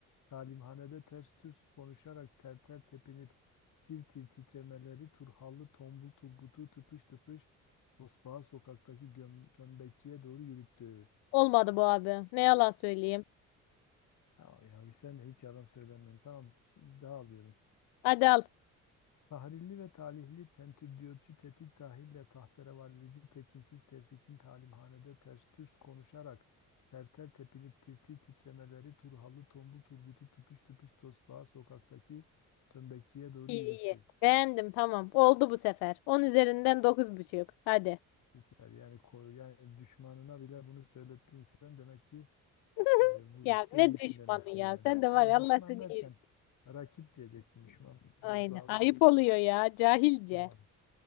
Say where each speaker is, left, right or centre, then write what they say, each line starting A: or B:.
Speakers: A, on the left; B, on the left.
A: talimhanede ters türs konuşarak ter ter tepinip tir tir titremeleri Turhallı tombul Turgut'u tıpış tıpış Tosbağa sokaktaki göm- tömbekçiye doğru yürüttü.
B: Olmadı bu abi. Ne yalan söyleyeyim.
A: Ya, ya sen de hiç yalan söylemiyorsun. Tamam dağılıyorum.
B: Hadi al.
A: Tahrilli ve talihli tentürdiyotçu tetik tahille tahterevallici tekinsiz tevfikin talimhanede ters türs konuşarak terter tepinip tirtir titremeleri Turhalı tombul Turgut'u tıpış tıpış tosbağa sokaktaki tömbekçiye doğru
B: İyi
A: yürüttü.
B: iyi. Beğendim tamam. Oldu bu sefer. on üzerinden dokuz buçuk Hadi.
A: Süper. Yani ko- yani düşmanına bile bunu söylettin sen demek ki
B: <laughs>
A: e, bu
B: Ya
A: işte
B: ne
A: iyisin
B: düşmanı
A: demektir
B: ya.
A: yani.
B: Sen de
A: Ya
B: var ya
A: düşman
B: Allah seni
A: derken
B: iyi.
A: rakip diyecektim. Düşman
B: Aynen.
A: biraz ağır.
B: Ayıp oluyor ya. Cahilce.
A: Tamam.